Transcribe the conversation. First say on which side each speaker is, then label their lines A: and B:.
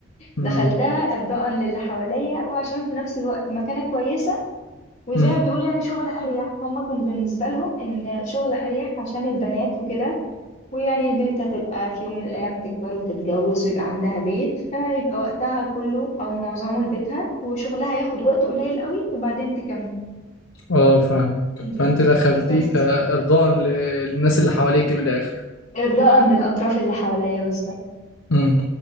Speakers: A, on the left (about 75°); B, on the left (about 35°).
A: امم
B: دخلتها ارضاء للي حواليا وعشان في نفس الوقت مكانة كويسة وزي
A: امم
B: ما بيقولوا يعني شغل اريح هم كان بالنسبة لهم ان شغل اريح عشان البنات وكده ويعني البنت هتبقى في يوم من الأيام تكبر وتتجوز ويبقى عندها بيت فيبقى وقتها كله أو معظمه لبيتها وشغلها ياخد وقت قليل قوي وبعدين تكمل
A: اه فاهمك
B: في البيت
A: فانت دخلتيه
B: بس
A: كارضاء ل- للناس اللي حواليك من الاخر
B: إرضاء للأطراف اللي حواليا بالظبط
A: امم